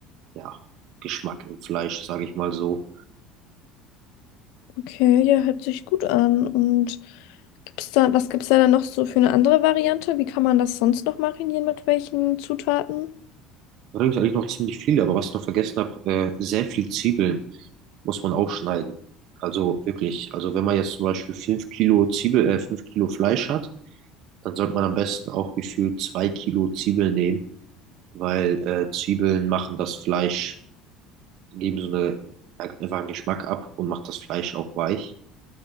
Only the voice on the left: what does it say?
Okay, ja, hört sich gut an. Und gibt's da, was gibt's da dann noch so für eine andere Variante? Wie kann man das sonst noch marinieren? Mit welchen Zutaten?